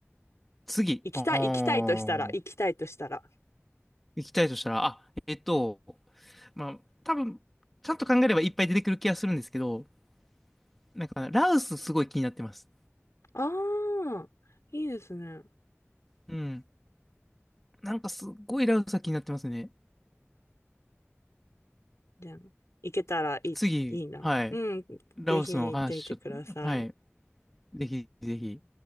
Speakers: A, in the centre; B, on the left.
A: 次。
B: 行きたい、
A: ああ、行
B: 行きたいとしたら、行きたいとしたら。
A: きたいとしたら、あ、えっと、まあ、多分、ちゃんと考えればいっぱい出てくる気がするんですけど、なんか、ラウスすごい気になってます。
B: ああ、いいですね。
A: うん。なんかすっごいラウスは気になってますね。
B: じゃあ、行けたらいい、
A: 次、
B: いいな。
A: はい。
B: うん、
A: ラオスの話、
B: ぜひ行ってみてください。
A: ちょっと、はい。ぜひぜひ。